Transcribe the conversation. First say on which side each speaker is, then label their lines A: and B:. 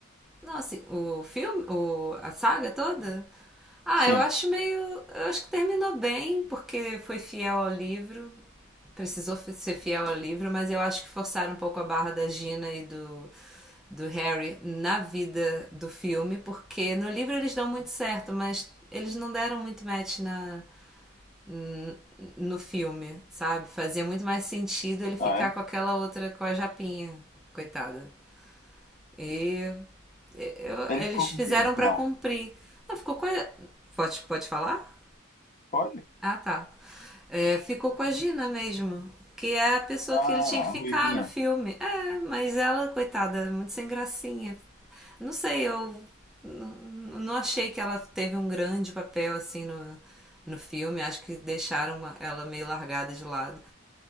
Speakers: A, in the centre; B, on the left (about 40°).
A: Não, assim, o filme, o, a saga toda? Ah,
B: Sim.
A: eu acho meio. Eu acho que terminou bem, porque foi fiel ao livro. Precisou fe- ser fiel ao livro, mas eu acho que forçaram um pouco a barra da Gina e do, do Harry na vida do filme, porque no livro eles dão muito certo, mas eles não deram muito match na, n- no filme, sabe? Fazia muito mais sentido ele ficar
B: Ah,
A: com aquela outra, com a Japinha, coitada. E eu-
B: é? Ele
A: eles
B: ficou com
A: fizeram
B: quem no final?
A: pra cumprir. Ah, ficou com a... Pode, pode falar?
B: Pode?
A: Ah, tá. É, ficou com a Gina mesmo, que é a pessoa
B: Ah,
A: que ele tinha que ficar
B: a Ruivinha.
A: no filme. É, mas ela, coitada, muito sem gracinha. Não sei, eu n- não achei que ela teve um grande papel assim no, no filme. Acho que deixaram ela meio largada de lado.